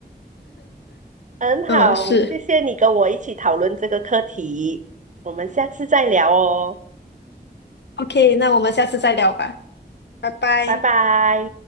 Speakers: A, on the right; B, on the left.
A: 很好，
B: 嗯，是。
A: 谢谢你跟我一起讨论这个课题，我们下次再聊哦，
B: OK，那我们下次再聊吧，拜拜。
A: 拜拜。